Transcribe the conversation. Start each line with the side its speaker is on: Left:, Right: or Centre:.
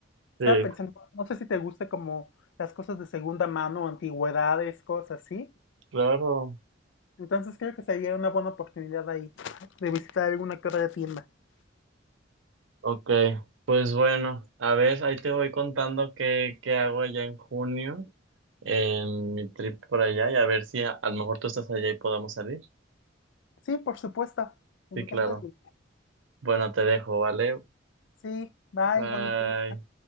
Left: Estaba
Right: Sí,
Left: pensando, no sé si te guste como las cosas de segunda mano, antigüedades, cosas así.
Right: claro.
Left: Entonces creo que sería una buena oportunidad ahí de visitar alguna que otra tienda.
Right: Ok, pues bueno, a ver, ahí te voy contando qué, qué hago allá en junio, en mi trip por allá, y a ver si a, a lo mejor tú estás allá y podamos salir.
Left: Sí, por supuesto. Me
Right: Sí,
Left: encanta.
Right: claro.
Left: la idea.
Right: Bueno, te dejo, ¿vale?
Left: Sí, bye,
Right: Bye.
Left: bonito día.